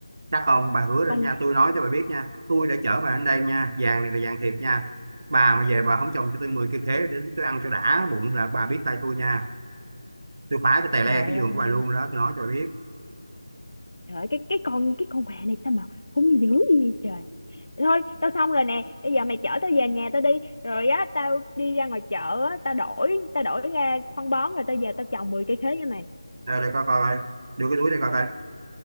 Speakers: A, on the right; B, on the left.
A: chắc không bà hứa rồi
B: con
A: nha tôi nói cho bà biết nha tôi đã chở bà đến đây nha vàng này là vàng thiệt nha bà mà về bà không trồng cho tôi 10 cây khế đến tôi ăn cho đã bụng là bà biết tay tôi nha tôi phá cho tè le
B: trời
A: cái giường
B: ơi
A: của bà luôn đó tôi nói cho bà biết
B: Trời ơi, cái cái con cái con quà này sao mà hung dữ gì vậy trời. Thôi, tao xong rồi nè, bây giờ mày chở tao về nhà tao đi, rồi á tao đi ra ngoài chợ á, tao đổi tao đổi ra phân bón rồi tao về tao trồng mười cây khế cho mày.
A: đây, đây coi coi coi. đưa cái túi đây coi coi